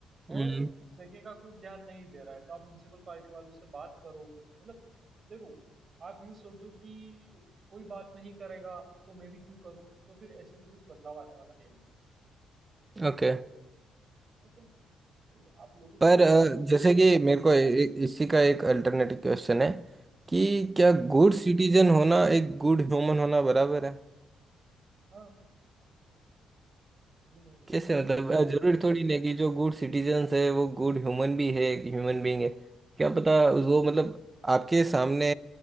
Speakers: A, on the right; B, on the right.
A: हम्म
B: और उस जगह का कोई ध्यान नहीं दे रहा है तो आप म्युनिसिपल पार्टी वालों से बात करो मतलब देखो आप यूं सोचो कि कोई बात नहीं करेगा तो मैं भी क्यों करूं तो फिर ऐसे तो कुछ बदलाव आने वाला है नहीं
A: ओके
B: है कि नहीं तो आप लोगों
A: पर
B: को इनकरेज
A: अ,
B: करो
A: जैसे कि
B: आप
A: मेरे को ए- ए- इसी का एक अल्टरनेटिव क्वेश्चन है कि
B: हम्म,
A: क्या गुड सिटीजन होना एक गुड ह्यूमन होना बराबर है
B: हाँ क्यों नहीं है
A: कैसे
B: है
A: मतलब अ, जरूरी थोड़ी ना कि जो गुड सिटीजन्स है वो गुड ह्यूमन भी है ह्यूमन बीइंग है क्या पता वो मतलब आपके सामने